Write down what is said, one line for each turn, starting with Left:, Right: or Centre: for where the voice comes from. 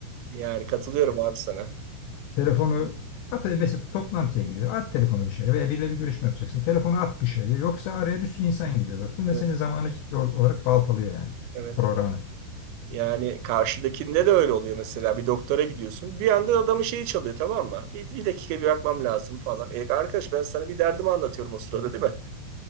Right: Yani katılıyorum abi sana.
Left: Telefonu at mesela toplantıya giriyor. At telefonu dışarı veya biriyle bir görüşme yapacaksın. Telefonu at dışarıya. Yoksa araya bir sürü insan giriyor dostum
Right: Evet,
Left: ve senin zamanı ciddi ol- olarak baltalıyor yani
Right: evet.
Left: programını.
Right: Yani karşıdakinde de öyle oluyor mesela. Bir doktora gidiyorsun. Bir anda adamın şeyi çalıyor tamam mı? Bir, bir dakika bir bakmam lazım falan. E, arkadaş ben sana bir derdimi anlatıyorum o sırada değil mi?